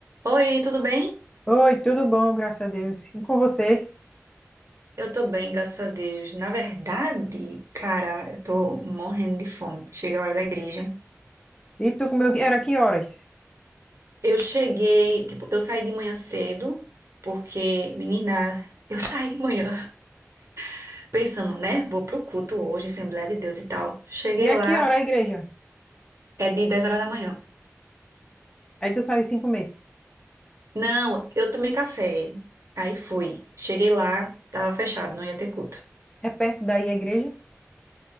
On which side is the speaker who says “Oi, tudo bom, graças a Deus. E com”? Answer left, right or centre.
Left